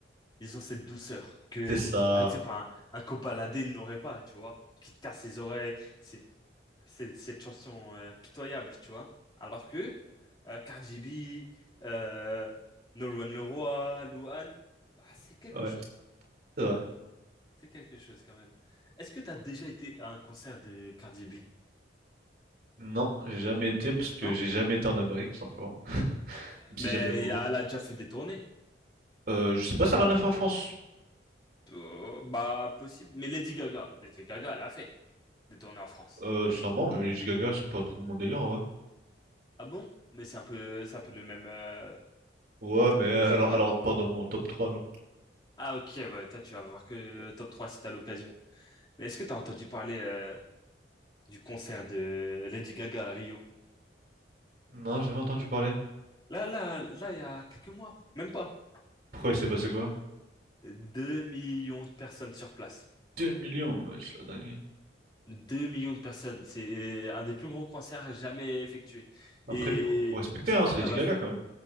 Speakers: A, on the left; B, on the right.
A: ils ont cette douceur que,
B: C'est ça.
A: par exemple, un, un Kobalade, ils n'aurait pas, tu vois, qui te casse les oreilles. C'est, c'est- cette chanson euh, pitoyable, tu vois. Alors que euh, Cardi B, euh, Nolwenn Leroy, Louane, bah, c'est quelque
B: Ouais,
A: chose.
B: c'est vrai.
A: C'est quelque chose quand même. Est-ce que tu as déjà été à un concert de Cardi B?
B: Non, j'ai jamais été parce que
A: Non?
B: j'ai jamais été en Amérique, tout simplement. Même
A: Mais
B: si j'aimerais beaucoup.
A: il y a- elle a déjà fait des tournées.
B: Euh, je sais pas si elle en a fait en France.
A: Euh, bah, possible. Mais Lady Gaga, Lady Gaga, elle a fait des tournées en France.
B: Euh, sûrement, mais Lady Gaga, c'est pas trop mon délire, ouais.
A: Ah bon? Mais c'est un peu, c'est un peu le même euh,
B: Ouais,
A: thème
B: mais
A: de
B: euh,
A: musique,
B: alors,
A: non?
B: elle rentre pas dans mon top 3 là.
A: Ah ok, ouais, toi tu vas voir que top 3 si t'as l'occasion. Mais est-ce que t'as entendu parler euh, du concert de Lady Gaga à Rio.
B: Non, j'ai jamais entendu parler.
A: Là, là, là, il y a quelques mois, même pas.
B: Pourquoi il s'est passé quoi?
A: 2 millions de personnes sur place.
B: deux millions, ouais, c'est la dinguerie.
A: 2 millions de personnes. C'est un des plus gros concerts jamais effectués.
B: Après,
A: Et
B: faut, faut respecter,
A: je
B: hein,
A: crois
B: c'est
A: qu'elle
B: Lady
A: va...
B: Gaga
A: f-
B: quand même.